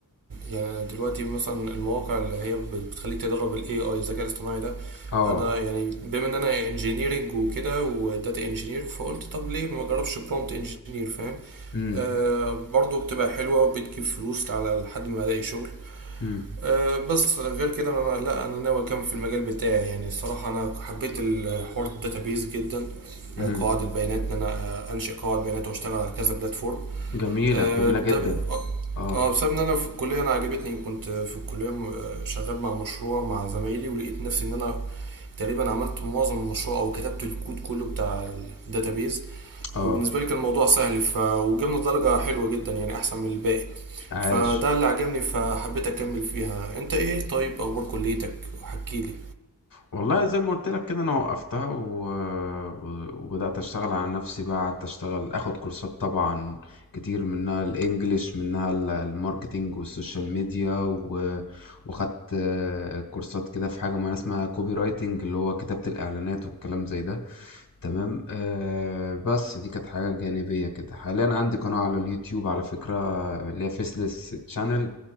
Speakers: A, on the right; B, on the left.
A: يعني أنا دلوقتي مثلا المواقع اللي هي بت- بتخليك تدرب الاي اي الذكاء الاصطناعي ده
B: اه
A: انا يعني بما ان انا انجينيرنج وكده وداتا انجينير فقلت طب ليه ما اجربش برومبت انجينير فاهم
B: مم.
A: آه برضو بتبقى حلوه وبتجيب فلوس على لحد ما الاقي شغل
B: مم.
A: أه بس غير كده انا لا انا ناوي اكمل في المجال بتاعي يعني الصراحه انا حبيت الحوار الداتابيز جدا
B: إمم،
A: أه، قواعد البيانات ان انا أه، انشئ قواعد بيانات واشتغل على كذا بلاتفورم
B: جميلة،
A: أه،
B: جميلة
A: ده
B: جدًا،
A: اه
B: آه،
A: آه، بسبب ان انا في الكليه انا عجبتني كنت في الكليه م- آه، شغال مع مشروع مع زمايلي ولقيت نفسي ان انا تقريبا عملت معظم المشروع او كتبت الكود كله بتاع الداتابيز
B: آه،
A: وبالنسبه لي كان الموضوع سهل ف... وجبنا درجه حلوه جدا يعني احسن من الباقي
B: عاش.
A: فده اللي عجبني فحبيت اكمل فيها انت ايه طيب اخبار كليتك وحكي لي
B: والله زي ما قلت لك كده انا وقفتها و... و- وبدأت اشتغل على نفسي بقى قعدت اشتغل اخد كورسات طبعا كتير منها الانجليش منها ال- الماركتينج والسوشيال ميديا و... واخدت آه، كورسات كده في حاجة معينة اسمها كوبي رايتنج اللي هو كتابة الاعلانات والكلام زي ده تمام آه بس دي كانت حاجة جانبية كده حاليا عندي قناة على اليوتيوب على فكرة اللي هي فيسلس تشانل